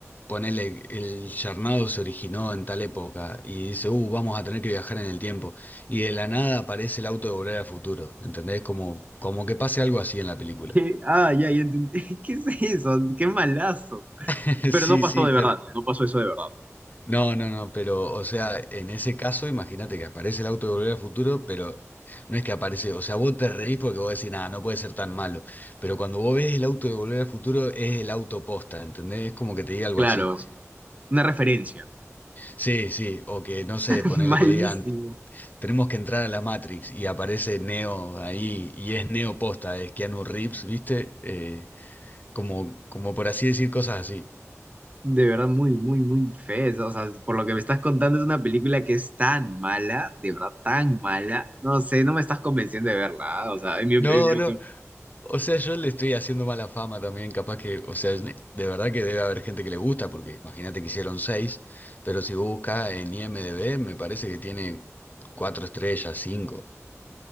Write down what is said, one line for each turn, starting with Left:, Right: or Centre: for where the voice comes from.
Left: ponele, el charnado se originó en tal época, y dice, uh, vamos a tener que viajar en el tiempo, y de la nada aparece el auto de Volver al Futuro, ¿entendés? Como, como que pase algo así en la película.
Right: ¿Qué? Ah, ya, ya entendí. <laughs> ¿Qué es eso? ¡Qué malazo!
Left: <laughs>
Right: Pero
Left: Sí,
Right: no pasó
Left: sí,
Right: de
Left: pero...
Right: verdad, ¿no? No pasó eso de verdad. ¿no?
Left: No, no, no, pero, o sea, en ese caso, imagínate que aparece el auto de Volver al Futuro, pero no es que aparece, o sea, vos te reís porque vos decís, nada, no puede ser tan malo, pero cuando vos ves el auto de Volver al Futuro, es el auto posta, ¿entendés? Es como que te diga algo
Right: Claro,
Left: así.
Right: una referencia.
Left: Sí, sí, o que, no sé,
Right: <laughs>
Left: ponele
Right: Malísimo.
Left: que digan, tenemos que entrar a la Matrix y aparece Neo ahí y es Neo posta, es Keanu Reeves, ¿viste? Eh, como, como por así decir cosas así.
Right: De verdad, muy, muy, muy feo. O sea, por lo que me estás contando, es una película que es tan mala, de verdad, tan mala. No sé, no me estás convenciendo de verla. O sea, en mi- en
Left: No,
Right: lo
Left: no.
Right: que-
Left: O sea, yo le estoy haciendo mala fama también, capaz que, o sea, de verdad que debe haber gente que le gusta, porque imagínate que hicieron seis, pero si vos buscas en IMDb, me parece que tiene cuatro estrellas, cinco.